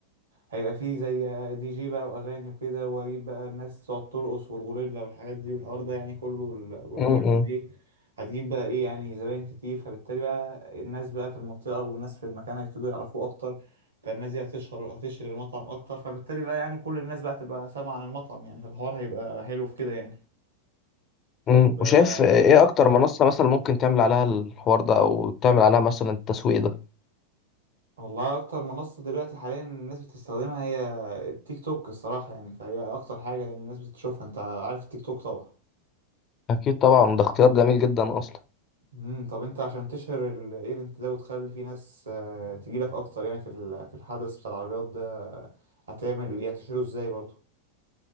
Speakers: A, on the right; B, on the left.
A: هيبقى فيه زي دي جي بقى واغاني وكده واجيب بقى الناس تقعد ترقص والغوريلا والحاجات دي والحوار ده يعني كله البروباجندا
B: امم
A: دي هتجيب بقى ايه يعني زباين كتير فبالتالي بقى الناس بقى في المنطقة والناس في المكان هيبتدوا يعرفوه اكتر فالناس دي هتشهر هتشهر المطعم اكتر فبالتالي بقى يعني كل الناس بقى تبقى سامعة عن المطعم يعني فالحوار هيبقى حلو في كده يعني طب
B: امم وشايف
A: آه،
B: ايه اكتر منصة مثلا ممكن تعمل عليها الحوار ده او تعمل عليها مثلا التسويق ده
A: والله اكتر منصة دلوقتي حاليا الناس بتستخدمها هي التيك توك الصراحة يعني فهي اكتر حاجة يعني الناس بتشوفها انت عارف التيك توك طبعا
B: اكيد طبعا ده اختيار جميل جدا اصلا
A: امم طب انت عشان تشهر الايفنت ده وتخلي فيه ناس آه، تجيلك اكتر يعني في ال- في الحدث بتاع العربيات ده آه، هتعمل ايه هتشهره ازاي برضه